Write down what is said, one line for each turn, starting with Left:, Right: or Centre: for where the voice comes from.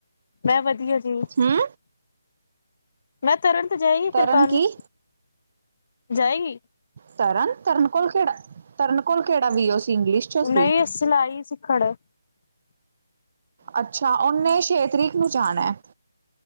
Left: ਮੈਂ ਵਧੀਆ ਜੀ।
Right: ਹੂੰ
Left: ''ਮੈਂ ਤਰਨ ਤ ਜਾਏਗੀ
Right: ਤਰਨ
Left: ਫਿਰ ਕੱਲ?
Right: ਕੀ
Left: ਜਾਏਗੀ?
Right: ਤਰਨ! ਤਰਨ ਕੋਲ ਕਿਹੜਾ, ਤਰਨ ਕੋਲ ਕਿਹੜਾ ਵੀਓ ਸੀ ਇੰਗਲਿਸ਼'ਚ ਸੀ।
Left: ਨਹੀਂ ਸਿਲਾਈ ਸਿੱਖਣ?
Right: ਅੱਛਾ, ਔਨੇ ਛੇ ਤਰੀਕ ਨੂੰ ਜਾਣੈ।